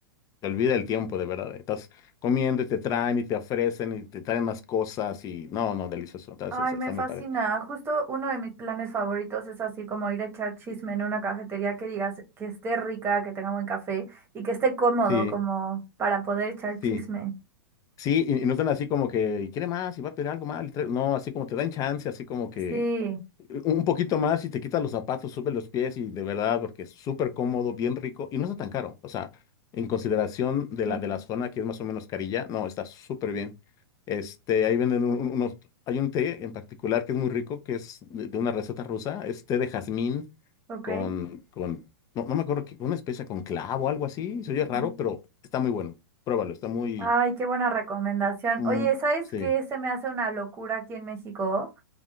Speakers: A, on the left; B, on the right.
A: olvida el tiempo, de verdad, estás comiendo y te traen y te ofrecen y te traen más cosas, y no, no, delicioso, entonces
B: Ay,
A: está
B: me
A: está
B: fascina.
A: muy padre,
B: Justo uno de mis planes favoritos es así como ir a echar chisme en una cafetería que digas que esté rica, que tenga buen café y que esté cómodo
A: sí,
B: como para poder echar chisme.
A: sí. Sí, y, y no están así como que quiere más y va a pedir algo más. le trae-". No, así como te dan chance, así como que
B: Sí.
A: eh, un poquito más y te quitas los zapatos, sube los pies y de verdad, porque es súper cómodo, bien rico y no está tan caro. O sea, en consideración de
B: Ujú.
A: la, de la zona que es más o menos carilla, no, está súper bien. Este, ahí venden un- un- unos, hay un té en particular que es muy rico, que es de, de una receta rusa, es té de jazmín
B: Ok.
A: con, con, no, no me acuerdo, qué- una especia con clavo o algo así, se oye
B: Ujú.
A: raro, pero está muy bueno. Pruébalo, está muy,
B: Ay, qué buena recomendación.
A: mm,
B: Oye, ¿sabes
A: sí.
B: qué se me hace una locura aquí en México?